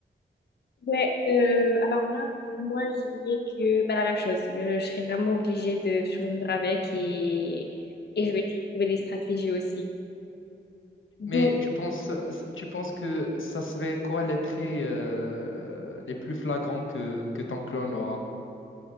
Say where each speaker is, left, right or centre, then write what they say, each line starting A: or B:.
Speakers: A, on the left; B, on the left.
A: Ouais, euh, alors là, pour moi, je dirais que bah, la même chose. Je, je serais vraiment obligée de survivre avec et, et je vais essayer de trouver des stratégies aussi. Donc,
B: Mais tu penses, tu penses que ça serait quoi les traits euh, les plus flagrants que, que ton clone aura?